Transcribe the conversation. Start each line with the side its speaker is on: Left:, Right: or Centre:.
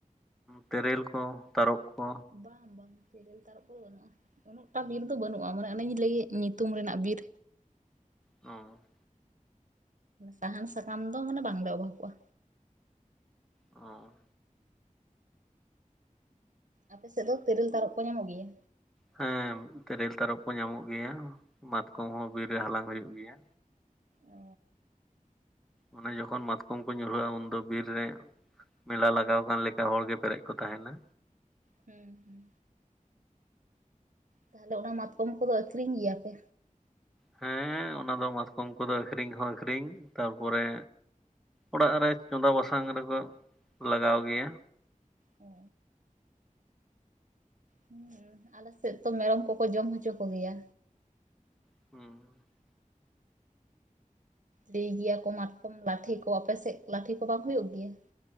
Centre: ᱛᱮᱨᱮᱞ, ᱠᱚ ᱛᱟᱨᱚᱵ, ᱠᱚ?
Right: ᱵᱟᱝ ᱵᱟᱝ ᱛᱮᱨᱮᱞ ᱛᱟᱨᱚᱵ ᱠᱚᱫᱚ ᱵᱟᱹᱱᱩᱜᱼᱟ ᱩᱱᱟᱹᱜᱴᱟ ᱵᱤᱨ ᱫᱚ ᱵᱟᱹᱱᱩᱜᱼᱟ ᱢᱟᱱᱮ ᱚᱱᱮᱧ ᱞᱟᱹᱭᱮᱜ ᱧᱩᱛᱩᱢ ᱨᱮᱱᱟᱜ ᱵᱤᱨ᱾
Centre: ᱦᱚᱸ᱾
Right: ᱥᱟᱦᱟᱱ ᱥᱟᱠᱟᱢ ᱫᱚ ᱢᱟᱱᱮ ᱵᱟᱝᱞᱮ ᱚᱵᱷᱟᱵᱽ ᱠᱚᱣᱟ᱾
Centre: ᱚ
Right: ᱟᱯᱮ ᱥᱮᱫ ᱫᱚ ᱛᱮᱨᱮᱞ ᱛᱟᱨᱚᱵ ᱠᱚ ᱧᱟᱢᱚᱜ ᱜᱮᱭᱟ?
Centre: ᱦᱮᱸ ᱛᱮᱨᱮᱞ, ᱛᱟᱨᱚᱵ, ᱠᱚ ᱧᱟᱢᱚᱜ ᱜᱮᱭᱟ ᱢᱟᱛᱠᱚᱢ, ᱦᱚᱸ ᱵᱤᱨ ᱨᱮ ᱦᱟᱞᱟᱝ ᱦᱩᱭᱩᱜ ᱜᱮᱭᱟ᱾
Right: ᱚ
Centre: ᱚᱱᱮ ᱡᱚᱠᱷᱚᱱ ᱢᱟᱛᱠᱚᱢ ᱠᱚ ᱧᱩᱨᱦᱟᱹᱜᱼᱟ ᱩᱱᱫᱚ ᱵᱤᱨ ᱨᱮ ᱢᱮᱞᱟ ᱞᱟᱜᱟᱣ ᱠᱟᱱ ᱞᱮᱠᱟ ᱦᱚᱲᱜᱮ ᱯᱮᱨᱮᱡ ᱠᱚ ᱛᱟᱦᱮᱱᱟ
Right: ᱦᱩᱸ ᱦᱩᱸ ᱛᱟᱞᱦᱮ ᱚᱱᱟ ᱢᱟᱛᱠᱚᱢ ᱠᱚᱫᱚ ᱟᱹᱠᱷᱨᱤᱧ ᱜᱮᱭᱟᱯᱮ?
Centre: ᱦᱮᱸ ᱚᱱᱟ ᱫᱚ ᱢᱟᱛᱠᱚᱢ ᱠᱚᱫᱚ ᱟᱹᱠᱷᱨᱤᱧ ᱦᱚᱸ ᱟᱠᱷᱨᱤᱧ ᱛᱟᱨᱯᱚᱨᱮ ᱚᱲᱟᱜ ᱨᱮ ᱪᱚᱸᱫᱟ ᱵᱟᱥᱟᱝ ᱨᱮᱠᱚ ᱞᱟᱜᱟᱣ ᱜᱮᱭᱟ
Right: ᱚ ᱦᱩᱸ ᱟᱞᱮ ᱥᱮᱫ ᱛᱚ ᱢᱮᱨᱚᱢ ᱠᱚᱠᱚ ᱡᱚᱢ ᱦᱚᱪᱚ ᱠᱚᱜᱮᱭᱟ
Centre: ᱦᱩᱸ
Right: ᱞᱟᱹᱭ ᱜᱮᱭᱟ ᱠᱚ ᱢᱟᱛᱠᱚᱢ ᱞᱟᱴᱷᱮ ᱠᱚ ᱟᱯᱮᱥᱮᱫ ᱞᱟᱴᱷᱮ ᱠᱚ ᱵᱟᱝ ᱦᱩᱭᱩᱜ ᱜᱮᱭᱟ?